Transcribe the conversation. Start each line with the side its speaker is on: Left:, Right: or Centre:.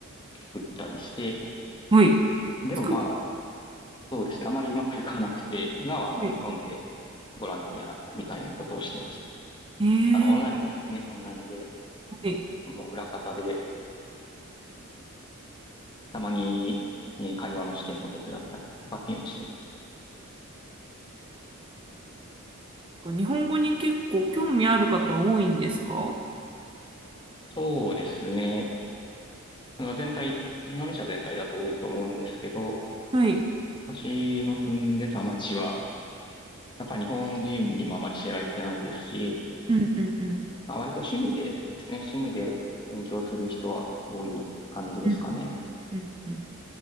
Left: 作ったりして、
Right: はい。
Left: でもまあ、
Right: 作っ
Left: そうですね。あまりうまくいかなくて、今はあの日本でボランティアみたいなことをしてます。
Right: て、ええ
Left: あの、オンラインでですね、オンラインで、
Right: はい。
Left: もう裏方で、たまに、えー会話の試験を手伝ったりとかっていうのして。
Right: 日本語に結構興味ある方多いんですか
Left: そうですね。あの、全体、インドネシア全体だと多いと思うんですけど、
Right: はい。
Left: 私の住んでた町は、やっぱ日本人にもあまり知られてないですし、
Right: うんうんうん。
Left: まあ、割と趣味でですね、趣味で勉強する人は多い感じですかね。
Right: うんうんうん。